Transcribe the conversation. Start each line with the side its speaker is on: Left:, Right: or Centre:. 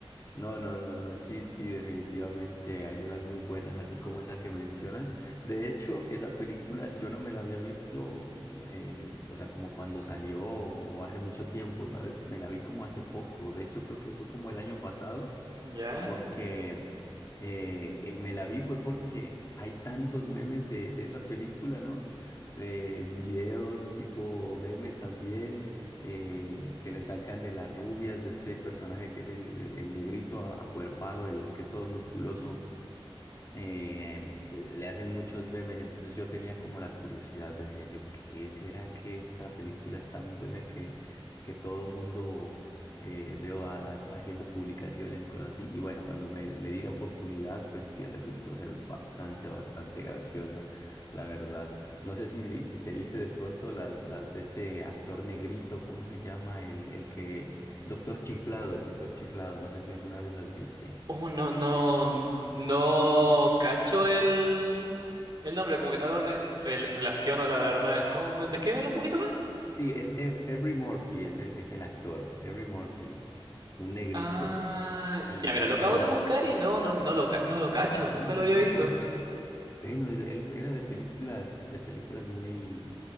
Left: No, no, no, no, sí, sí, definitivamente hay unas muy buenas, así como esa que mencionas. De hecho, esa película yo no me la había visto, mm, eh, o sea, como cuando salió o hace mucho tiempo, ¿sabes? Me la vi como hace poco, de hecho creo que fue como el año pasado
Right: ¿Ya?
Left: porque eh, eh, me la vi fue porque hay tantos memes de, de esa película, ¿no? Eh, videos tipo memes también eh, que le sacan de las rubias, de este personaje que es el, el- el negrito a- acuerpado, el que es todo musculoso eh, le hacen muchos memes, entonces yo tenía como la curiosidad, decía yo, ¿qué será que esta película es tan buena que, que todo mundo eh, veo a- a- haciendo publicaciones y cosas así? Y bueno, cuando me le di la oportunidad, pues sí resultó ser bastante, bastante graciosa, la verdad. No sé si, si te viste de pronto las, las de este actor negrito, ¿cómo se llama? El, el que, el doctor Chiflado, el doctor Chiflado, no sé si alguna vez las viste.
Right: Oh, no, no, no cacho el, el nombre, como que no lo re- re- relaciono, la verdad. ¿Cómo me, descríbemelo un poquito más?
Left: Sí, es Ev- Every Murphy, es el, es el actor, Every Murphy, un negrito,
Right: Ah,
Left: y,
Right: ya mira,
Left: y
Right: lo
Left: que
Right: acabo
Left: él
Right: de buscar y no, no, no lo, ca- no lo cacho,
Left: no,
Right: nunca lo
Left: no
Right: había
Left: lo
Right: visto.
Left: coge. Bueno, él, él era de películas, de películas muy,